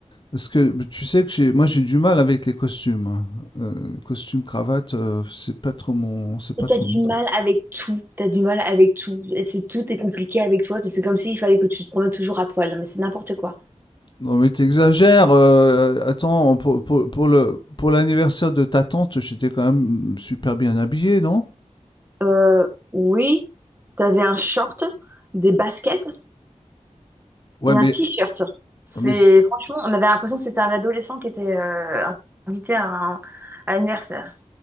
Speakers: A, on the left; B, on the right.
A: Parce que mais tu sais que j'ai, moi j'ai du mal avec les costumes. hein. Euh, costume cravate, euh, c'est pas trop mon, c'est pas
B: Et t'as
A: trop
B: du
A: mon truc.
B: mal avec tout, t'as du mal avec tout. Et c'est tout est compliqué avec toi. C'est comme s'il fallait que tu te promènes toujours à poil. Non, mais c'est n'importe quoi.
A: Non mais t'exagères. euh, attends, pour, pour, pour le pour l'anniversaire de ta tante, j'étais quand même super bien habillé, non?
B: Euh, oui, t'avais un short, des baskets
A: Ouais,
B: et
A: mais
B: un t-shirt. C'est
A: mais c-
B: franchement, on avait l'impression que c'était un adolescent qui était euh, invité à un, à l'anniversaire.